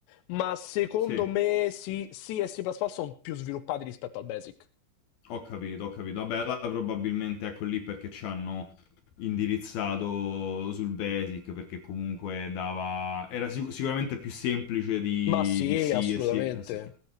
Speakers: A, on the left (about 85°); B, on the left (about 70°).
A: ma secondo
B: sì,
A: me sì, sì e C++ sono più sviluppati rispetto al Basic.
B: ho capito, ho capito. Vabbè, là probabilmente ecco lì perché ci hanno indirizzato sul Basic perché comunque dava... era sic- sicuramente più semplice di,
A: Ma sì,
B: di sì
A: assolutamente.
B: e sì. E sì.